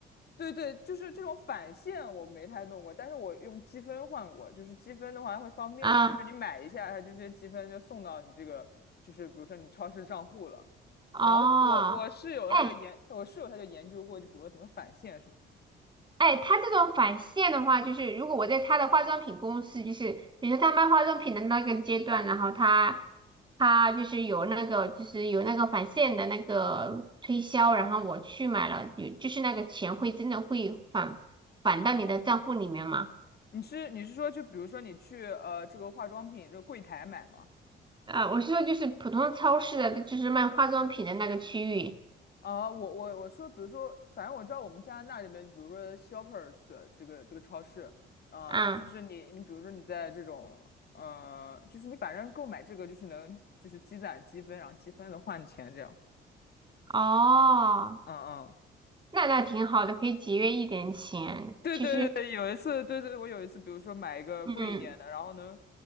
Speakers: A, on the left (about 55°); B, on the right (about 25°).
A: 对对，就是这种返现我没太弄过，但是我用积分换过。就是积分的话会方便呀，
B: 啊，
A: 就是你买一下，它这些积分就送到你这个，就是比如说你超市账户了。
B: 哦。
A: 然后我我室友他就研，
B: 哎，
A: 我室友他就研究过，就比如说怎么返现什么的
B: 哎，他这种返现的话，就是如果我在他的化妆品公司，就是比如说他卖化妆品的那个阶段，然后他他就是有那个就是有那个返现的那个推销，然后我去买了，有就是那个钱会真的会返返到你的账户里面吗？
A: 你是你是说就比如说你去呃这个化妆品这个柜台买吗？
B: 啊，我是说就是普通超市的，就是卖化妆品的那个区域。
A: 啊，我我我说，比如说，反正我知道我们加拿大这边，比如说 Shoppers 这个这个超市，呃，
B: 啊。
A: 就是你你比如说你在这种，呃，就是你反正购买这个就是能就是积攒积分，然后积分能换钱这样。
B: 哦，
A: 嗯嗯，
B: 那那挺好的，可以节约一点钱。
A: 对对对，
B: 其实，
A: 有一次，对对，我有一次，比如说买一个贵一点的，
B: 嗯。
A: 然后能